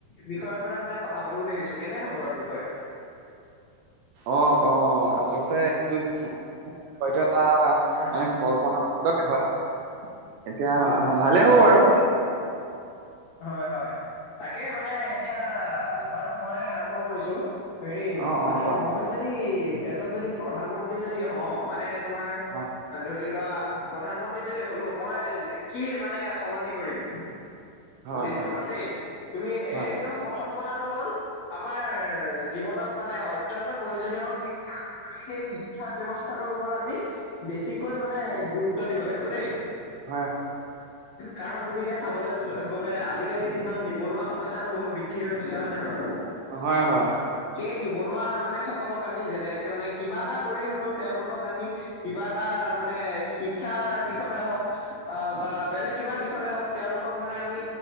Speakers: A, on the left; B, on the right.
A: বিষয়ৰ ওপৰত মানে কথা পাতোঁ বুলি ভাবিছোঁ কেনে হ'ব বাৰু বিষয়টো? <inaudible>
B: অ', অ' আচলতে <unintelligible> এইটো এটা
A: উম
B: মানে কল্পনা <unintelligible> এতিয়া
A: হয়
B: আ,
A: হয়
B: ভালেই হ'ব বাৰু।
A: হয় হয়, তাকে মানে এতিয়া বাৰু ময়ে আৰম্ভ কৰিছোঁ। হেৰি,
B: অ অ
A: মানে
B: কোৱা
A: মই যদি এজন যদি প্ৰধানমন্ত্ৰী যদি হওঁ মানে তোমাৰ
B: হয়।
A: ধৰি লোৱা প্ৰধানমন্ত্ৰী যদি হলোঁ, মই কি মানে সলনি কৰিম?
B: হয়
A: দেশখনত
B: হয়
A: দেই। তুমি
B: হয়
A: একদম প্ৰথম কথাটো হ'ল আমাৰ জীৱনত মানে অত্যন্ত প্ৰয়োজনীয় হ'ল শিক্ষা, আমি সেই শিক ক্ষা ব্যৱস্থাটোৰ ওপৰত আমি বেছিকৈ মানে গুৰুত্ব দিব লাগিব দেই।
B: হয় হয়।
A: কাৰণ তুমি এতিয়া চাবলৈ যো গলে আজিকালিৰ দিনত নিবনুৱা সমস্যাটো বহুত বৃদ্ধি হৈ গৈছে হয় নে নহয় বাৰু?
B: হয় হয়।
A: সেই নিবনুৱা মানে সকলক আমি যেনেকে মানে, কিবা এটা কৰি হ'লেও তেওঁলোকক আমি কিবা এটা মানে শিক্ষাৰ দিশতে হওক অ' বা বেলেগ কিবা দিশতে হওক তেওঁলোকক মানে আমি